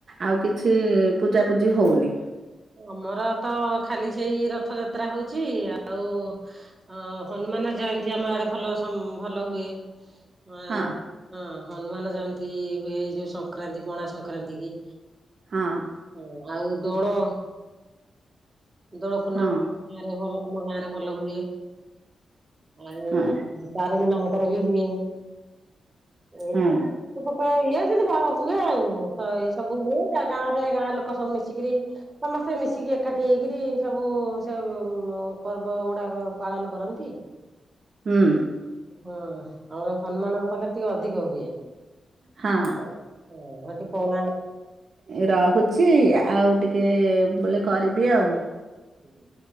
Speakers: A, on the right; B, on the right.
A: ଆଉ କିଛି ପୂଜାପୂଜି ହଉନି।
B: ଆମର ତ ଖାଲି ସେଇ ରଥଯାତ୍ରା ହଉଚି ଆଉ ଅଁ ହନୁମାନ ଜୟନ୍ତୀ ଆମ ଆଡେ ଭଲ ସମ୍ ଭଲ ହୁଏ। ଅଁ ଆଁ
A: ହଁ
B: ଅ ହଁ ହନୁମାନ ଜୟନ୍ତୀ ହୁଏ ଯୋଉ ସଂକ୍ରାନ୍ତି ପଣା ସଂକ୍ରାନ୍ତି କି।
A: ହଁ।
B: ହଁ ଆଉ ଦୋଡ। ଦୋଳ ପୂର୍ଣ୍ଣମ
A: ହଁ
B: ମାରେ ଗାଁରେ ଭଲ ଆମ ଗାଁରେ ଭଲ ହୁଏ ଆଉ
A: ହଁ।
B: ମୁଁ ତାରେଣୀ ମାଙ୍କର ବି ହୁଏ ଏମତି
A: ହଁ
B: ଛୋଟ ଛୋଟ ଇଏ ଯିନ୍ତି ଭ ହୁଏ ଆଉ ହଁ ଏଇ ସବୁ ହୁଏ ଗାଁ ଗାଁରେ ଗାଁ ଲୋକ ସବୁ ମିଶିକିରି ସମସ୍ତେ ମିଶିକି ଏକାଠି ହେଇକରି ସବୁ ସେ ଉଁ ମ ପର୍ବଗୁଡାକ ପାଳନ କରନ୍ତି।
A: ହୁଁ।
B: ହଁ ଆମର ହନୁମାନଙ୍କ ପାଖେରେ ଟିକେ ଅଧିକ ହୁଏ।
A: ହଁ
B: ଆଉ ହଁ ସେଠି ପଣା
A: ଏ ରହୁଛି ଆଉ ଟିକେ ବେଳେ କରିବି ଆଉ।
B: ହ୍ୟାଲୋ।